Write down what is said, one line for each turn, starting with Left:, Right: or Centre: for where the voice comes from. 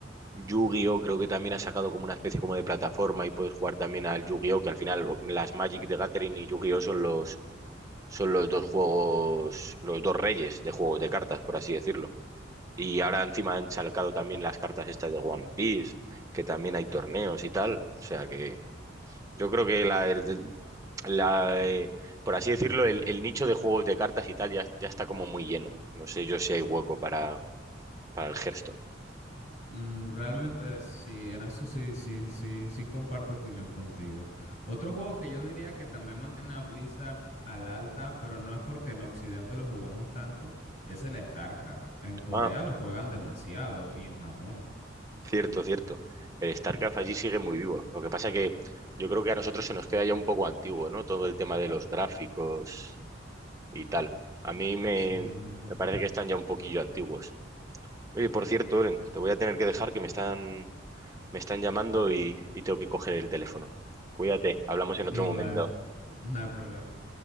Right: Yu-Gi-Oh! creo que también ha sacado como una especie como de plataforma y puedes jugar también al Yu-Gi-Oh! que al final lo- las Magic de Gathering y Yu-Gi-Oh! son los, son los dos juegos, los dos reyes de juegos de cartas, por así decirlo. Y ahora encima han sacado también las cartas estas de One Piece, que también hay torneos y tal. O sea que yo creo que la, el- la, eh, por así decirlo, el, el nicho de juegos de cartas y tal ya, ya está como muy lleno. No sé yo si hay hueco para, para el Hearthstone.
Left: Mm, realmente sí, en eso sí, sí, sí, sí comparto opinión contigo. Otro juego que yo diría que también mantiene a Blizzard al alta, pero no es porque en Occidente lo juguemos tanto, es el StarCraft. En Corea
Right: Ah,
Left: lo juegan demasiado y en Japón.
Right: cierto, cierto. El StarCraft allí sigue muy vivo. Lo que pasa que yo creo que a nosotros se nos queda ya un poco antiguo, ¿no? Todo el tema de los gráficos y tal. A mí me,
Left: Sí.
Right: me parece que están ya un poquillo antiguos. Oye, por cierto, Oren, te voy a tener que dejar que me están, me están llamando y, y tengo que coger el teléfono. Cuídate, hablamos en
Left: Igual.
Right: otro momento.
Left: No hay problema.